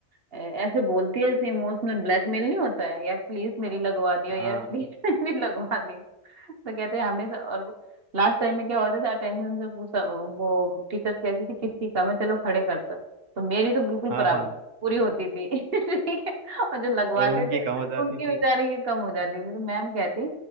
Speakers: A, on the right; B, on the right.
A: अ, ऐसे बोलती है जैसे इमोशनल ब्लैकमेल नहीं होता है यार प्लीज मेरी लगवा दियो
B: हाँ
A: यार प्लीज <laughs> मेरी लगवा दियो तो कहते हैं हमेशा और लास्ट टाइम में क्या होता था अटेंशन से पूछा वो टीचर्स कहती थी किसकी कम है चलो खड़े करता तो मेरी तो बिल्कुल
B: हाँ
A: बराबर
B: हाँ
A: पूरी होती थी <laughs> ठीक है और जो लगवाते
B: और उनकी
A: थे
B: कम हो जाती
A: उनकी बेचारे की कम हो जाती थी तो मैम कहती